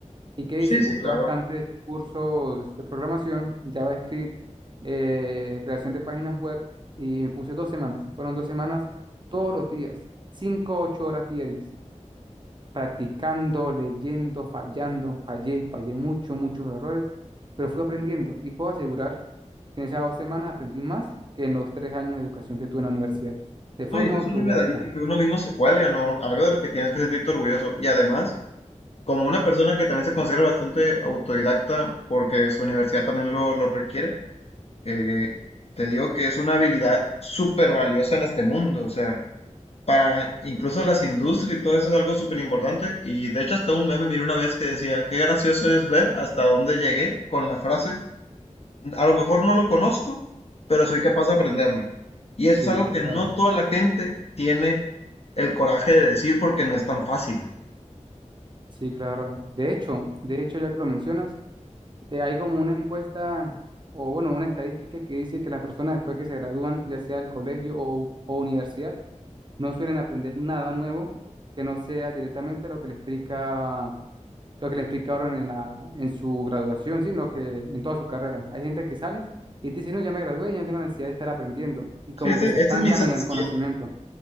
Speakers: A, on the right (about 40°); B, on the left (about 55°).
A: ¿Y qué
B: Sí,
A: hice?
B: sí,
A: Busqué
B: claro.
A: bastantes cursos de programación, JavaScript, eh, creación de páginas web y me puse dos semanas. Fueron dos semanas todos los días, cinco, ocho horas diarias practicando, leyendo, fallando, fallé, fallé mucho, muchos errores, pero fui aprendiendo y puedo asegurar que en esas dos semanas aprendí más que en los tres años de educación que tuve en la universidad, de forma
B: No, y eso es
A: autodidacta,
B: una medallita que uno mismo se cuelga, ¿no? Algo de lo que tienes que sentirte orgulloso. Y además, como una persona que también se considera bastante autodidacta porque su universidad también lo, lo requiere, eh, te digo que es una habilidad súper valiosa en este mundo, o sea, para incluso las industrias y todo eso es algo súper importante y de hecho hasta un meme miré una vez que decía, qué gracioso es ver hasta dónde llegué con la frase, a lo mejor no lo conozco, pero soy capaz de aprenderlo. Y eso
A: sí,
B: es algo
A: tal
B: que
A: cual,
B: no toda la gente tiene el coraje de decir porque no es tan fácil.
A: sí, claro. De hecho, de hecho, ya que lo mencionas, eh, hay como una encuesta o bueno, una estadística que dice que las personas después que se gradúan, ya sea del colegio o, o universidad, no suelen aprender nada nuevo que no sea directamente lo que le explica lo que le explicaron en la, en su graduación, sino que en toda su carrera. Hay gente que sale y dice, no, ya me gradué, ya no tengo necesidad de estar aprendiendo. Y como
B: Sí, este,
A: que
B: este
A: se estancan
B: es mi set
A: en el
B: skill.
A: conocimiento.